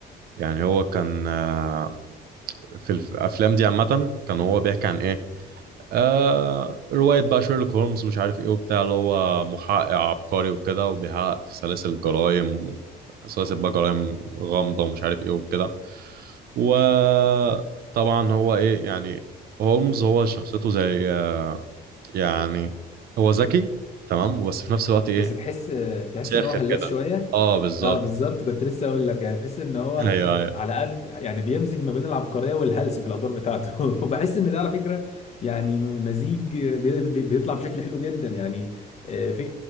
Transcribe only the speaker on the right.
يعني هو كان آه، في الافلام دي عامة كان هو بيحكي عن ايه آه رواية بقى شيرلوك هولمز مش عارف ايه وبتاع اللي هو محقق عبقري وكده وبيحقق في سلاسل جرائم سلاسل بقى جرائم غامضة ومش عارف ايه وكده وطبعا هو ايه يعني هولمز هو شخصيته زي آه، يعني هو ذكي تمام بس في نفس الوقت ايه
ساخر
كده
اه بالظبط
ايوه ايوه